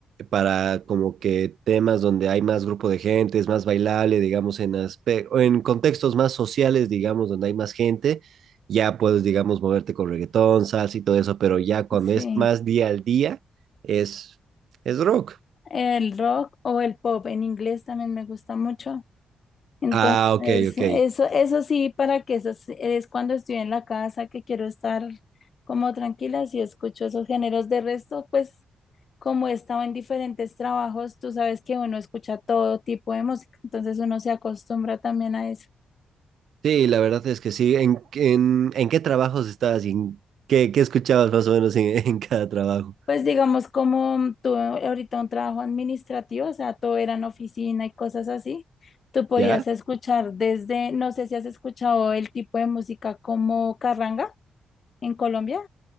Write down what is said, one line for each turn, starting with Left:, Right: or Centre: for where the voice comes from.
Right: para como que temas donde hay más grupo de gente, es más bailable, digamos, en aspe- o en contextos más sociales, digamos, donde hay más gente, ya puedes, digamos, moverte con reggaetón, salsa y todo eso, pero ya cuando
Left: sí.
Right: es más día al día, es, es rock.
Left: El rock o el pop en inglés también me gusta mucho. Entonces,
Right: Ah, ok, ok.
Left: eso, eso sí, para que eso es es cuando estoy en la casa que quiero estar como tranquila, si escucho esos géneros. De resto, pues como he estado en diferentes trabajos, tú sabes que uno escucha todo tipo de música, entonces uno se acostumbra también a eso.
Right: Sí, la verdad es que sí. ¿En, en, en qué trabajos estabas y en qué, qué escuchabas más o menos en, <laughs> en cada trabajo?
Left: Pues digamos, como tú ahorita un trabajo administrativo, o sea, todo era en oficina y cosas así, tú podías
Right: ¿Ya?
Left: escuchar desde, no sé si has escuchado el tipo de música como carranga en Colombia,